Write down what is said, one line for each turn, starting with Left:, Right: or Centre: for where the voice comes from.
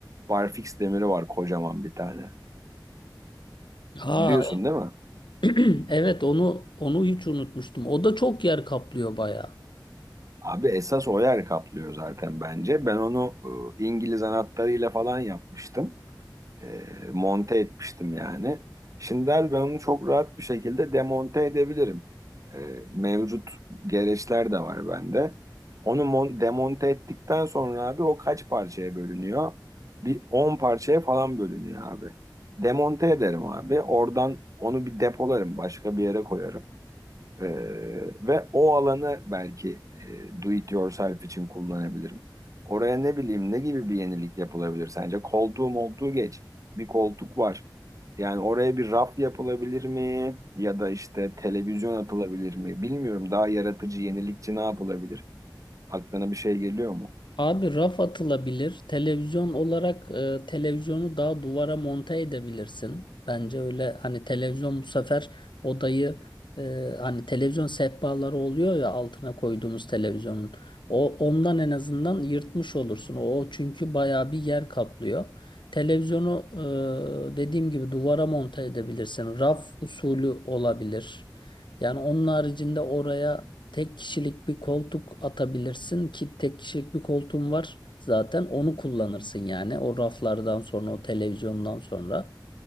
Right: barfix demiri var kocaman bir tane.
Left: Ha,
Right: Biliyorsun değil mi?
Left: <clears throat> evet onu onu hiç unutmuştum. O da çok yer kaplıyor bayağı.
Right: Abi esas o yer kaplıyor zaten bence. Ben onu e, İngiliz anahtarıyla falan yapmıştım. e, monte etmiştim yani. Şimdiler ben onu çok rahat bir şekilde demonte edebilirim. E, mevcut gereçler de var bende. Onu mon- demonte ettikten sonra abi o kaç parçaya bölünüyor? Bir 10 parçaya falan bölünüyor abi. Demonte ederim abi. Oradan onu bir depolarım, başka bir yere koyarım. Ee, ve o alanı belki e, do it yourself için kullanabilirim. Oraya ne bileyim ne gibi bir yenilik yapılabilir sence? Koltuğum olduğu geç. Bir koltuk var. Yani oraya bir raf yapılabilir mi? Ya da işte televizyon atılabilir mi? Bilmiyorum daha yaratıcı, yenilikçi ne yapılabilir? Aklına bir şey geliyor mu?
Left: Abi raf atılabilir. Televizyon olarak e, televizyonu daha duvara monte edebilirsin. Bence öyle hani televizyon bu sefer odayı e, hani televizyon sehpaları oluyor ya altına koyduğumuz televizyonun. O ondan en azından yırtmış olursun. O çünkü bayağı bir yer kaplıyor. Televizyonu e, dediğim gibi duvara monte edebilirsin. Raf usulü olabilir. Yani onun haricinde oraya Tek kişilik bir koltuk atabilirsin ki tek kişilik bir koltuğum var. Zaten onu kullanırsın yani. O raflardan sonra, o televizyondan sonra.